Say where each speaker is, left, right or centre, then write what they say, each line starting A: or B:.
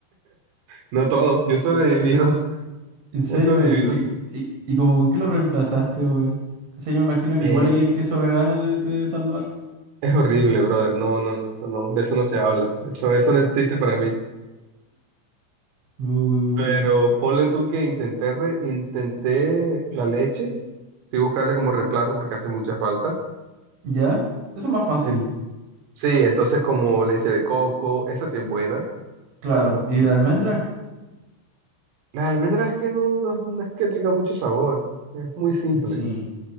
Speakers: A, on the right; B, on the right.
A: No todo, yo he sobrevivido, <laughs>
B: En serio,
A: he sobrevivido
B: ¿y, qué-
A: sí.
B: y, y como con qué lo reemplazaste, weón? O sea, yo me imagino que
A: Eh,
B: igual ahí el queso vegano te, te debe salvar.
A: es horrible, brother. No, no, no, eso no, de eso no se habla. Eso, eso no existe para mí.
B: Uh,
A: Pero ponle tú que intenté, re- intenté la leche, sí buscarle como reemplazo porque hace mucha falta.
B: ¿ya? Eso es más fácil,
A: En- sí, entonces como leche de coco, esa sí es buena.
B: claro.
A: Bueno,
B: ¿Y de almendra?
A: la almendra es que no, no, no es que tenga mucho sabor, es muy simple
B: Sí.